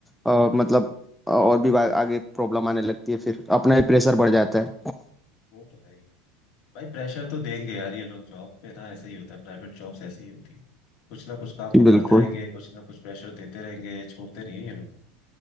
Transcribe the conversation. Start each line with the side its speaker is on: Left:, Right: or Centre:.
Centre: अ, मतलब अ, और भी बा- आगे प्रॉब्लम आने लगती है फिर अपना ही प्रेशर बढ़ जाता है
Left: वो तो है ही भाई प्रेशर तो देंगे यार ये लोग जॉब पे ना ऐसा ही होता है प्राइवेट जॉब्स ऐसी ही होती है कुछ ना कुछ काम पकड़ाते
Centre: बिल्कुल
Left: रहेंगे कुछ ना कुछ प्रेशर देते रहेंगे छोड़ते नहीं है ये लोग